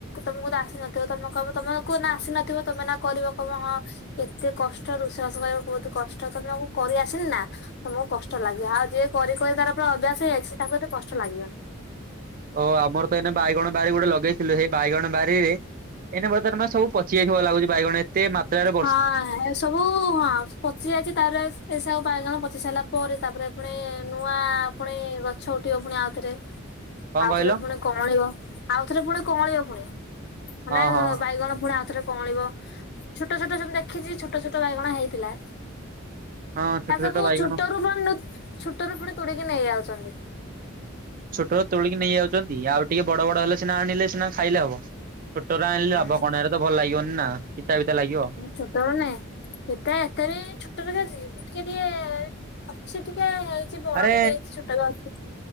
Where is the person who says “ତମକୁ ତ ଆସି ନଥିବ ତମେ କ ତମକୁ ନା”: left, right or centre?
Left